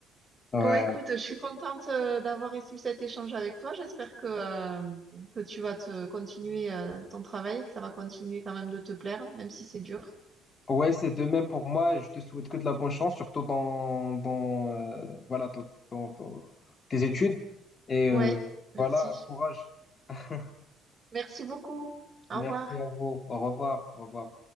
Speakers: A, on the left (about 35°); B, on the right (about 25°).
A: Ouais,
B: Bon, écoute, je suis contente euh, d'avoir eu cet échange avec toi. J'espère que, euh, que tu vas te continuer euh, ton travail et que ça va continuer quand même de te plaire, même si c'est dur.
A: ouais, c'est de même pour moi. Je te souhaite que de la bonne chance, surtout dans, dans euh, voilà, dans, dans- dans tes études. Et
B: Ouais,
A: euh,
B: merci.
A: voilà, courage. <laughs>
B: Merci beaucoup. Au
A: Merci
B: revoir.
A: à vous. Au revoir. Au revoir.